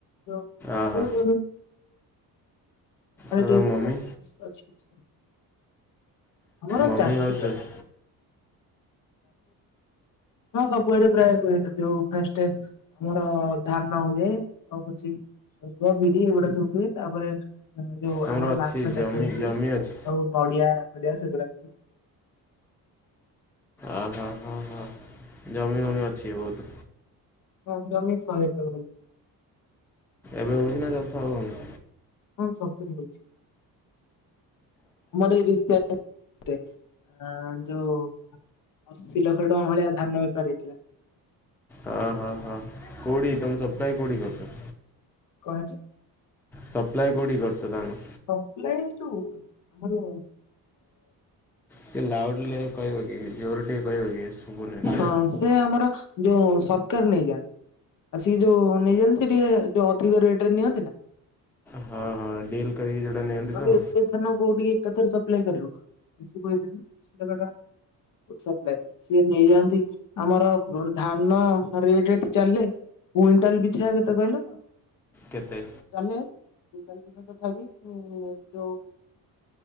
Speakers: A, on the left; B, in the centre.
A: କୋଉ
B: ଓହୋ ଆଉ ତମ
A: ଜବ୍
B: ମମି
A: <unintelligible> ଆମର
B: ମମି
A: ଚାଷୀ
B: ହାଉସ୍
A: <unintelligible>
B: ୱାଇଫ୍
A: ହଁ ସବୁଆଡେ ପ୍ପ୍ରାୟେ ହୁଏ ଯୋଉ ଫାଷ୍ଟ୍ ଟାଇମ୍। ମୋର ଧାନ ହୁଏ ଆଉ କିଛି ମୁଗ ବିରି ଏଗୁଡ଼ା ସବୁ ହୁଏ ତାପରେ ଯୋଉ
B: ତମର
A: ଆମର
B: ଅଛି
A: ମାଛ
B: ଜମି
A: ଚାଷ ହୁଏ
B: ଜମି ଅଛି?
A: ଆଉ ନଡ଼ିଆ ଫଡ଼ିଆ ସେଗୁଡ଼ା
B: ଆ ହା ହା ହା ଜମି ମମି ଅଛି ବହୁତ୍।
A: ହଁ ଜମି ଶୋହେ ଏକର ଜମି
B: ଏବେ ହଉଚି ନା ଚାଷ ଆଉ ହଉନି।
A: ହଁ ସବୁଜି ହଉଚି ମୋର ଏଇ ରିସ୍ଡ଼ା ଆ ଯୋଉ ଅଶୀ ଲକ୍ଷେ ଟଆଁ ଭଳିଆ ଧାନ ବେପାର୍ ହେଇଥିଲା।
B: ଆ ହା ହା କୋଡ଼ି ତମ ସପ୍ତାହେ କୋଉଠି କରୁଛ
A: କଁ ହେଇଚି।
B: ସପ୍ଲାଏ କୋଉଠି କରୁଛ ଧାନ।
A: ସପ୍ଲାଏ ଏ ଯୋଉ ଆମର -
B: ଟି ଲାଉଡ୍ଲେ କହିବ କି ଜୋର୍ ରେ ଟିଏ କହିବ କି ଶୁବୁନି।
A: ହଁ ସେ ଆମର ଯୋଉ ସତ୍କାର ନେଇଯା ଆ ସିଏ ଯୋଉ ନେଇ ଯାଆନ୍ତି ସେ ଟିକେ ଯୋଉ ଅଧିକ ରେଟ୍ ରେ ନିଅନ୍ତି ନା
B: ହଁ ହଁ ଡିଲ୍ କରିକି ଯୋଉଟା ନିଅନ୍ତି
A: ନହେଲେ
B: ତ
A: ଏତେ ଧାନ ଗୋଡି ଏକାଥରେ ସପ୍ଲେଇ କରିବୁ <unintelligible> ସପ୍ଲାଏ ସିଏ ବି ହେଇଆନ୍ତି ଆମର ପ ଧାନ ରେଟ୍ ଏଠି ଚାଲେ। କୁଇଣ୍ଟାଲ୍ ପିଛା କେତେ କହିଲ?
B: କେତେ?
A: ଚାଲେ କୁଇଣ୍ଟାଲ୍ ପିଛା ତଥା ବିି ଏ ଯୋଉ